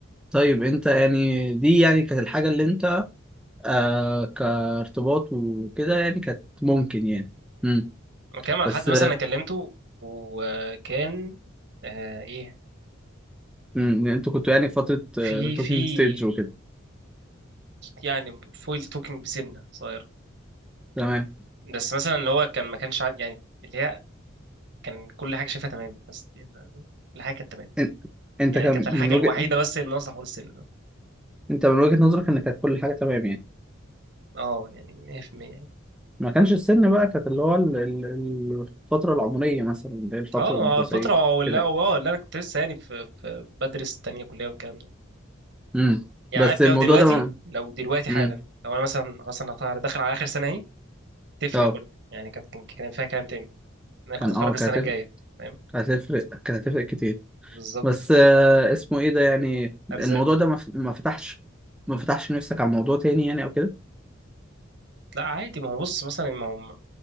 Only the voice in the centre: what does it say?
طيب انت يعني دي يعني كانت الحاجه اللي انت آه كارتباط وكده يعني كانت ممكن يعني مم.
بس
امم انتوا كنتوا يعني في فترة
توكينج
ستيج وكده
تمام
ان- انت
كان
من وجه
انت من وجهة نظرك ان كانت كل حاجة تمام يعني
ما كانش السن بقى كانت اللي هو ال- ال- ال- الفترة العمرية مثلا اللي هي الفترة
الدراسية
كده
امم
بس
الموضوع
ده ما-
امم
اه
كان
اه
كانت
هتفرق
كانت هتفرق كانت هتفرق كتير
بس آه، اسمه ايه ده يعني
الموضوع ده ما ف- ما فتحش ما فتحش نفسك على موضوع تاني يعني او كده